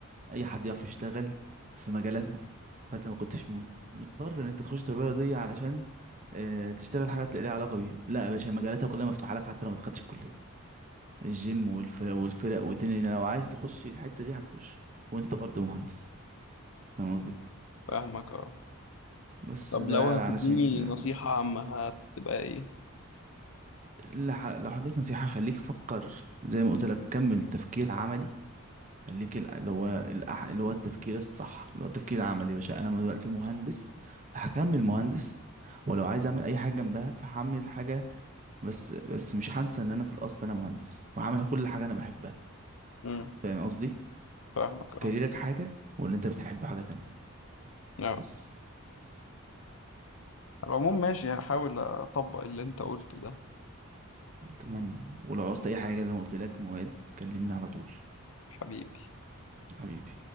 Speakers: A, on the right; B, on the left.
A: اي حد يعرف يشتغل في مجالاتها فانت ما كنتش م- مضطر ان انت تخش تربيه رياضيه علشان آه، تشتغل حاجات ليها علاقه بيها لا يا باشا مجالاتها كلها مفتوحه لك حتى لو ما دخلتش الكليه الجيم والف... والفرق والدنيا لو عايز تخش الحته دي هتخش وانت برضه مهندس فاهم قصدي
B: فاهمك اه
A: بس
B: طب
A: ده
B: لو هتديني
A: علشان كده
B: نصيحه عامه هتبقى ايه
A: لح- لو حضرتك نصيحة خليك فكر زي ما قلت لك كمل تفكير عملي خليك ال- اللي هو الأح- اللي هو التفكير الصح اللي هو التفكير العملي يا باشا أنا دلوقتي مهندس فهكمل مهندس ولو عايز أعمل أي حاجة جنبها فهعمل حاجة بس بس مش هنسى إن أنا في الأصل أنا مهندس وهعمل كل حاجة أنا بحبها
B: امم
A: فاهم قصدي؟
B: فاهمك
A: كاريرك
B: اه
A: حاجة واللي أنت بتحبه حاجة تانية
B: آه.
A: بس
B: على العموم ماشي هحاول اطبق اللي انت قلته ده
A: أتمنى ولو عوزت أي حاجة زي ما قلت لك مواد كلمني على طول
B: حبيبي
A: حبيبي